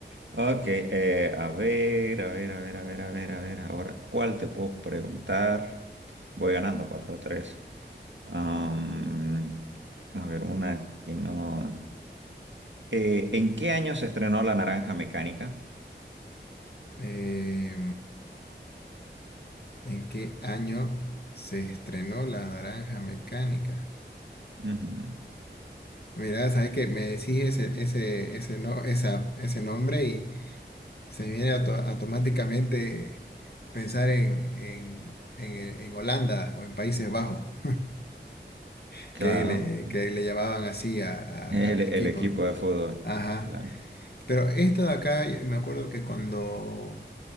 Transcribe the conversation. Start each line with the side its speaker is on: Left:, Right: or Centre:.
Right: Ok, eh, a ver, a ver, a ver, a ver, a ver, a ver. Ahora, ¿cuál te puedo preguntar? Voy ganando 4 a 3. Am, a ver, una que no. Eh, ¿en qué año se estrenó La Naranja Mecánica?
Left: Eh, ¿en qué año se estrenó La Naranja Mecánica?
Right: Ujú.
Left: Mira, sabes que me decís ese, ese, ese, no, esa, ese nombre y se me viene auto- automáticamente pensar en, en, en, en Holanda o en Países Bajos, <laughs>
Right: Claro.
Left: que le, que le llamaban así a- a-
Right: El,
Left: al
Right: el
Left: equipo.
Right: equipo de fútbol.
Left: Ajá.
Right: Claro.
Left: Pero esto de acá, me acuerdo que cuando